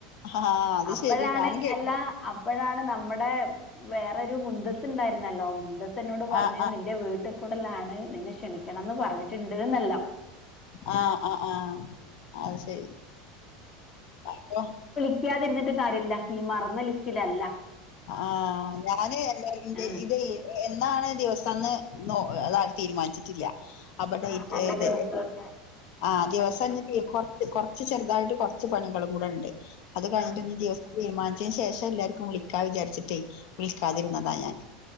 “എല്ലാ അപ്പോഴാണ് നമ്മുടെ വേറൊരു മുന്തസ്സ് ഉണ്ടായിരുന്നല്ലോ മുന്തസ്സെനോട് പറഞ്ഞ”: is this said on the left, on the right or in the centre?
Left